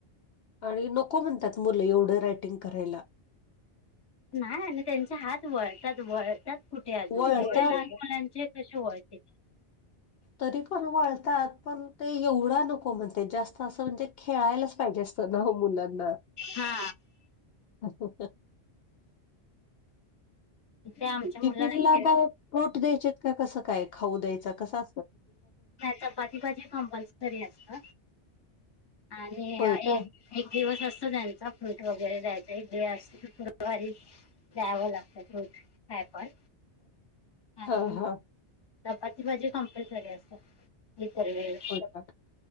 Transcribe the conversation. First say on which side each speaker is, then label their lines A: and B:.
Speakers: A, on the left (about 65°); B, on the left (about 25°).
A: आणि नको म्हणतात मुलं एवढं रायटिंग करायला.
B: नाही आणि त्यांचे हात वळतात, वळतात. कुठे अजून
A: वळतात.
B: एवढ्या लहान मुलांचे कसे वळते
A: तरी पण वळतात पण ते एवढा नको म्हणते जास्त असं म्हणजे खेळायलाच पाहिजे असतं ना हो मुलांना.
B: हा
A: असो.
B: ते आमच्या
A: टिफिनला
B: मुलांना
A: काय फ्रुट द्यायचे का? कसं काय खाऊ द्यायच कसं?
B: नाही. चपाती भाजी कमपलसरी असत. आणि
A: होय का?
B: एक एक दिवस असत त्यांचा फ्रूट वगैरे द्यायचा एक डे असतो वारी दवं लागतं रूट काय पण आणि
A: हा हा
B: चपाती भाजी कंपलसरी असत इ व
A: हो का